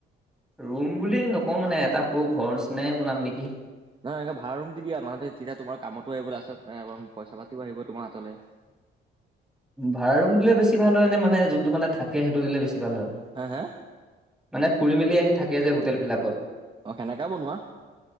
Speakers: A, in the centre; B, on the right.
A: ৰুম বুলি নক‌ও মানে এটা সৰু ঘৰ নিচিনাই বনাম নিকি
B: নহয় এনেই ভাড়া ৰোম দি দিয়া মানুহ থাকিব তেতিয়া তোমাৰ কামতো আহিব লাষ্টত পইচা পাতিও আহিব তোমাৰ হাতলে
A: ভাড়া ৰোম দিলে বেছি ভাল হয় নে মানে যোনটো মানে থাকে সেইটো দিলে বেছি ভাল হয়
B: হে হে
A: মানে ফুৰি মেলি আহি থাকে যে হোটেল বিলাকত
B: অ হেনেকা বনোৱা